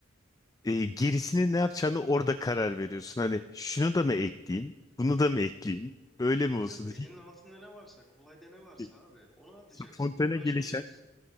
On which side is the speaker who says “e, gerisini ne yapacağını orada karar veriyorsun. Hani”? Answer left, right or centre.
Left